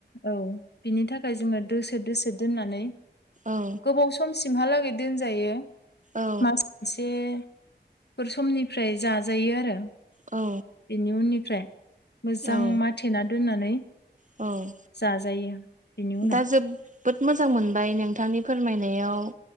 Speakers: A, on the left (about 65°); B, on the right (about 45°).
A: औ बेनि थाखाय जोङो दोसो दोसो दोननानै
B: औ
A: गोबाव समसिमहालागै दोनजायो,
B: औ
A: मास मोनसेफोर समनिफ्राय जाजायो आरो।
B: औ।
A: बेनि उननिफ्राय, मोजां
B: औ
A: माथेना दोननानै
B: औ।
A: जाजायो। बेनि उनाव
B: दा जो जोबोद मोजां मोनबाय नोंथांनि फोरमायनायाव